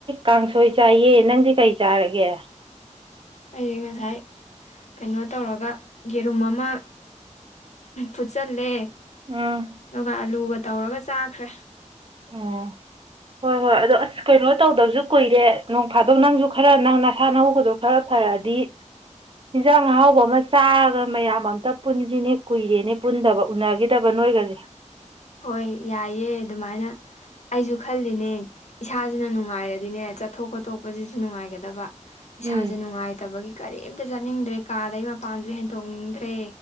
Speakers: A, on the right; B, on the left.
A: ꯀꯥꯡꯁꯣꯏ ꯆꯥꯏꯌꯦ ꯅꯪꯗꯤ ꯀꯩ ꯆꯥꯔꯒꯦ
B: ꯑꯩꯁ ꯉꯁꯥꯏ ꯀꯩꯅꯣ ꯇꯧꯔꯒ ꯌꯦꯔꯨꯝ ꯑꯃ ꯐꯨꯠꯆꯜꯂꯦ
A: ꯎꯝ
B: ꯑꯗꯨꯒ ꯑꯂꯨꯒ ꯇꯧꯔꯒ ꯆꯥꯈ꯭ꯔꯦ
A: ꯑꯣ ꯍꯣꯏ ꯍꯣꯏ ꯑꯗꯣ ꯑꯁ ꯀꯩꯅꯣ ꯇꯧꯗꯕꯁꯨ ꯀꯨꯏꯔꯦ ꯅꯣꯡ ꯐꯥꯗꯧ ꯅꯪꯁꯨ ꯈꯔ ꯅꯪ ꯅꯁꯥꯅ ꯍꯒꯗ ꯐꯔ ꯐꯔꯛꯑꯗꯤ ꯌꯦꯟꯖꯥꯡ ꯑꯍꯥꯎꯕ ꯑꯃ ꯆꯥꯔꯒ ꯃꯌꯥꯝ ꯑꯃꯝꯇ ꯄꯨꯟꯁꯤꯅꯦ ꯀꯨꯏꯔꯦꯅꯦ ꯄꯨꯟꯗꯕ ꯎꯅꯒꯦ ꯇꯕ ꯅꯣꯏꯒꯖꯦ
B: ꯍꯣꯏ ꯌꯥꯏꯑꯦ ꯑꯗꯨꯃꯥꯏꯅ ꯑꯩꯖꯨ ꯈꯜꯂꯤꯅꯦ ꯏꯁꯥꯖꯤꯅ ꯅꯨꯡꯉꯥꯏꯔꯗꯤꯅꯦ ꯆꯠꯊꯣꯛ ꯈꯣꯠꯇꯣꯛꯄꯖꯤꯖꯨ ꯅꯨꯡꯉꯥꯏꯒꯗꯕ ꯏꯁꯥꯖꯦ
A: ꯎꯝ
B: ꯅꯨꯡꯉꯥꯏꯇꯕꯒꯤ ꯀꯔꯤꯝꯇ ꯆꯠꯅꯤꯡꯗ꯭ꯔꯦ ꯀꯥꯗꯩ ꯃꯄꯥꯟꯖꯨ ꯍꯦꯟꯇꯣꯛꯅꯤꯡꯗ꯭ꯔꯦ